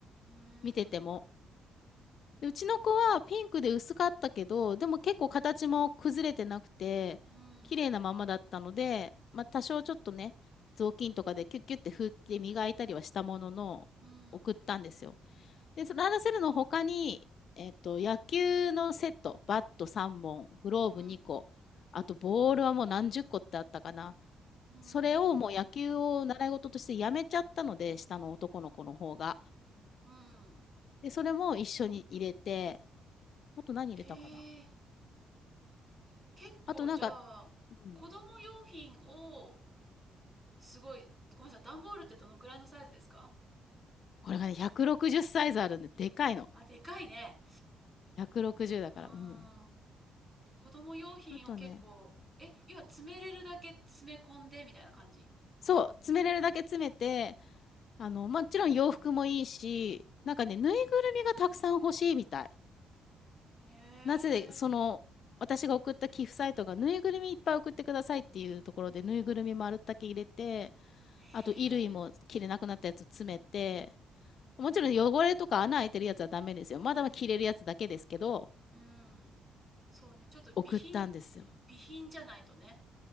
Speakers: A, on the right; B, on the left.
A: うー
B: 見てても。
A: ん。
B: でうちの子はピンクで薄かったけど、でも結構形も崩れてなくて、
A: うん。
B: 綺麗なままだったので、まあ多少ちょっとね、雑巾とかでキュッキュッて拭いて磨いたりはしたものの、
A: うん。
B: 送ったんですよ。で、そのランドセルの他に、えっと、野球のセット、バット3本、グローブ2個、
A: うん。
B: あとボールはもう何十個ってあったかな。
A: うん。
B: それをもう野球を習い事としてやめちゃったので、下の男の子の方が。
A: うん。
B: で、それも一緒に入れて、あと何入れたかな。
A: ええ結構じゃあ、
B: あとなんか、うん、
A: 子供用品を、すごい、ごめんなさい、段ボールってどのくらいのサイズですか
B: これがね、160サイズあるんで、でかいの。
A: あ、でかいね。
B: 160だから、
A: うーん。
B: うん。
A: じゃあ子供用品を結構、
B: あとね、
A: え、要は詰めれるだけ詰め込んでみたいな感じ。
B: そう、詰めれるだけ詰めて、あの、もちろん洋服もいいし、なんかね、ぬいぐるみがたくさん欲しいみたい。
A: へえ、
B: なぜ、その、私が送った寄付サイトがぬいぐるみいっぱい送ってくださいっていうところでぬいぐるみ丸だけ入れて
A: へ
B: あと衣類も着れなくなったやつ詰めて
A: え、
B: もちろん汚れとか穴開いてるやつはダメですよまだ着れるやつだけですけど
A: うん。そうね、ちょっと備品、
B: 送ったんですよ
A: 備品じゃないとね、